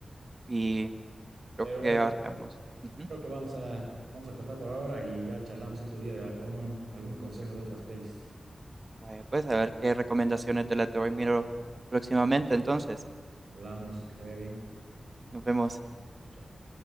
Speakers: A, on the right; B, on the right.
A: Y
B: Pero
A: creo
B: bueno,
A: que abarcamos. Ujú.
B: creo que vamos a, vamos a cortar por ahora y ya charlamos otro día de a- uno- algún consejo de otras pelis.
A: Vaya, pues a ver qué recomendaciones de las de hoy miro próximamente. Entonces,
B: Hablamos, que te vaya bien.
A: nos vemos.
B: Chao, chao.